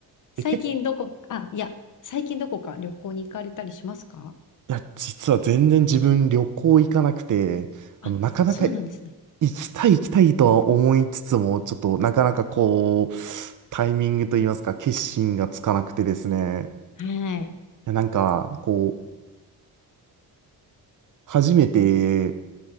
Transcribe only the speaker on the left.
最近どこ、
あ、いや、最近どこか旅行に行かれたりしますか
あ、
そうなんですね。
はい。